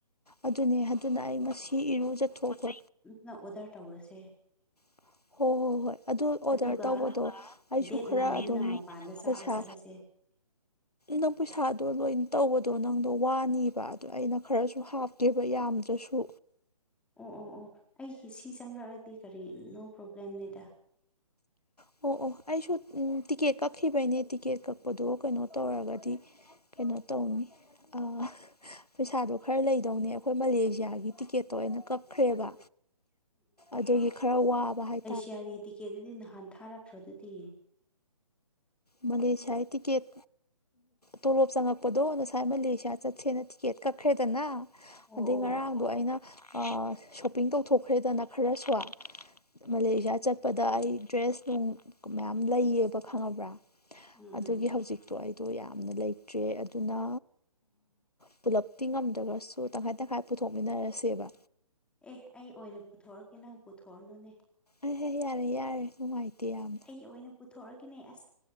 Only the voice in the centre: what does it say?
ꯅ ꯑꯣꯗꯔ ꯇꯧꯔꯁꯦ
ꯑꯗꯨꯒ
ꯗꯦꯠ
ꯅꯥꯏꯟꯗꯨꯅ
ꯃꯄꯥꯟꯗ ꯆꯥꯕ
ꯆꯠꯂꯁꯦ
ꯑꯣ ꯑꯣ ꯑꯣ ꯑꯩꯒꯤ ꯁꯤ ꯆꯪꯂꯛꯑꯗꯤ ꯀꯔꯤ ꯅꯣ ꯄ꯭ꯔꯣꯕ꯭ꯂꯦꯝꯅꯤꯗ
ꯌꯥꯔꯤ ꯇꯤꯛꯀꯦꯠꯇꯨꯗꯤ ꯅꯍꯥꯟ ꯊꯥꯔꯛꯈ꯭ꯔ ꯑꯗꯨꯗꯤ
ꯑꯣ
ꯑꯣ
ꯎꯝ
ꯎꯝ
ꯑꯦ ꯑꯩ ꯑꯣꯏꯅ ꯄꯨꯊꯣꯔꯀꯦ ꯅꯪ ꯄꯨꯊꯣꯛꯑꯅꯣꯅꯦ
ꯑꯩ ꯑꯣꯏꯅ ꯄꯨꯊꯣꯛꯑꯒꯦꯅꯦ ꯑꯁ